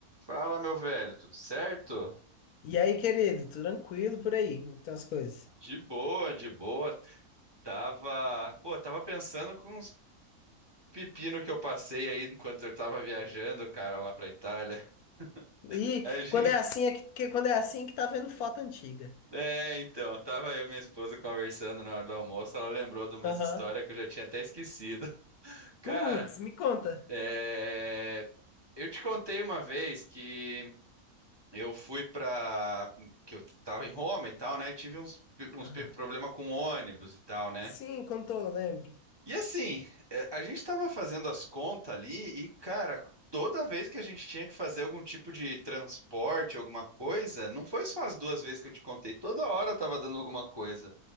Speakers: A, on the right; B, on the left.
A: Fala, meu velho, tudo certo?
B: E aí, querido, tranquilo por aí, como estão as coisas?
A: De boa, de boa. Tava, pô, tava pensando com uns pepino que eu passei aí enquanto eu tava viajando, cara, lá pra Itália. <laughs>
B: E
A: A gente,
B: quando é assim, é que, que- quando é assim que tá vendo foto antiga.
A: é, então, tava eu e minha esposa conversando na hora do almoço, ela lembrou de umas
B: Aham.
A: histórias que eu já tinha até esquecido. <laughs> Cara,
B: Putz, me conta.
A: é, eu te contei uma vez que eu fui pra, que eu tava em Roma e tal, né? E tive uns, uns
B: Aham.
A: pe- problema com ônibus e tal, né?
B: Sim, contou, eu lembro.
A: E assim, é, a gente estava fazendo as contas ali e, cara, toda vez que a gente tinha que fazer algum tipo de transporte, alguma coisa, não foi só as duas vezes que eu te contei, toda hora eu tava dando alguma coisa.